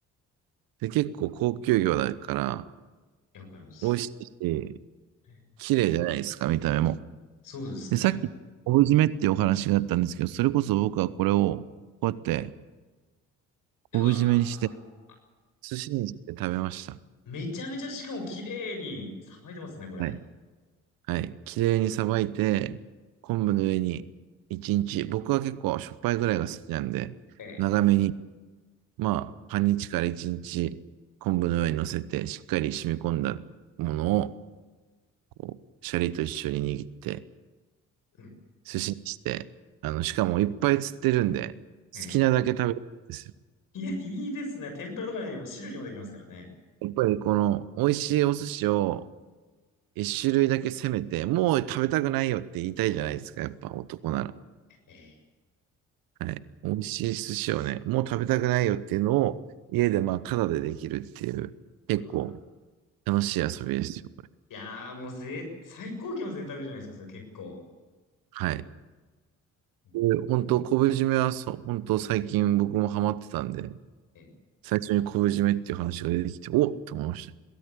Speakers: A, on the right (about 65°); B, on the left (about 60°).
A: で、結構高級魚だから、
B: いや、わかります。
A: 美味しいし、
B: えー
A: 綺麗じゃないですか、見た目も。
B: そうですね。
A: で、さっき、昆布締めっていうお話があったんですけど、それこそ僕はこれを、こうやって、
B: うわ
A: 昆布締めにして、寿司にして食べました。
B: ー。めちゃめちゃしかも綺麗にさばいてますね、これ。
A: はいはい。綺麗にさばいて、昆布の上に1日、僕は結構しょっぱいぐらいが好きなんで、
B: ええ。
A: 長めに、まあ、半日から1日、昆布の上に乗せて、しっかり染み込んだものを、こう、シャリと一緒に握って、
B: うん
A: 寿司にして、あの、しかもいっぱい釣ってるんで、
B: ええ。
A: 好きなだけ食べるんですよ。
B: いや、いいですね。天ぷらとかにも汁にもできますからね。
A: やっぱりこの、美味しいお寿司を一種類だけ攻めて、もう食べたくないよって言いたいじゃないですか、やっぱ男なら。
B: ええ。
A: はい。美味しい寿司をね、もう食べたくないよっていうのを、家でまあ、ただでできるっていう、
B: うわ。
A: 結構楽しい遊びですよ、これ。
B: いやー、もうぜ、最高級の贅沢じゃないですか、それ結構。
A: はい。
B: うん
A: で本当、昆布締めはそう、本当最近僕もハマってたんで、
B: え
A: 最初に昆布締めっていう話が出てきて、おっと思いまし